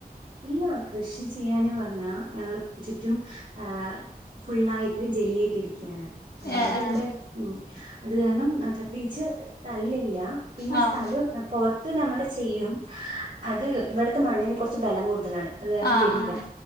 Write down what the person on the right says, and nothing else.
ഇല്ല കൃഷി ചെയ്യാൻ പറഞ്ഞാ ഞങ്ങള് ചുറ്റും ആ ഫുള്ളായ്ട്ട് ജെല്ലിയിട്ടിരിക്കയാണ് അതായത്
ഇവിടെ ഉം അത് കാരണം പ്രത്യേകിച്ച് <unintelligible> ലല്ല പിന്നെ
സ്ഥലം പുറത്ത് നമ്മള് ചെയ്യും അത് ഇവിട്ത്തെ മണ്ണിന് ഭലം കൂട്തലാണ് അത്കാരണം
തെരില്ല